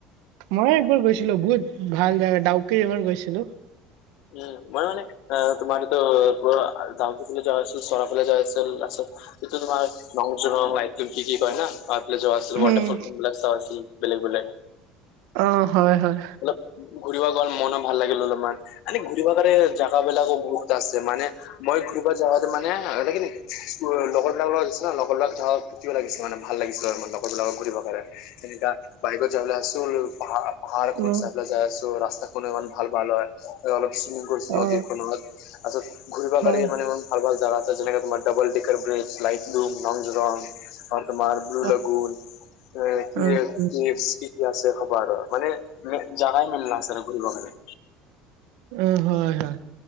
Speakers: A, on the right; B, on the left.
A: মই একবাৰ গৈছিলো। বহুত ভাল জাগা, ডাউকী এবাৰ গৈছিলো।
B: উম, মই মানে তোমাৰ ত', গোৱা যাওঁতে তুমি যায় আছিল, চৰাফলে যায় আছিল লাষ্টত তেতিয়া তোমাৰ নংযুনৰ লাইটিং কি কি কৰে না, তাৰ পিছত
A: উম
B: ৱাটাৰফল ফোনবিলাক তাৰচি, বেলেগ, বেলেগ।
A: অ', হয়, হয়।
B: অলপ ঘূৰিব গ'ল, মনো ভাল লাগিল অলপমান। এনে ঘূৰিব কাৰে জাগা বিলাকো বহুত আছে, মানে মই ঘূৰিব যাৱতে মানে লেকিন লগৰবিলাক লগত', লগৰলাক ধক ফুৰ্তিও লাগিছিল মানে ভাল লাগিছিল। লগৰবিলাকক ঘূৰিব পাৰে, তেনেকা বাইকত যাবলে আছো <unintelligible> পাহাৰখন
A: উম
B: চাইফালে যায় আছো। ৰাস্তাখন ইমান ভাল, ভাল হয়। অলপ চুইমিং কৰছি
A: অ
B: নদীখনত। আচত, ঘূৰিব
A: হয়
B: পাৰি ইমান ইমান। ভাল ভাল জাগা আছে, যেনেকে তোমাৰ ডাবল ডিকাৰ ব্ৰিজ, লাইটুম, নজ ৰং। আৰু তোমাৰ ব্লু
A: অ
B: লাগোন, <unintelligible>
A: উম উম।
B: আছে খবা আৰু মানে তুমি জাগাই মিল নাছে, আৰু ঘূৰিব কাৰণে।
A: উ, হয়, হয়।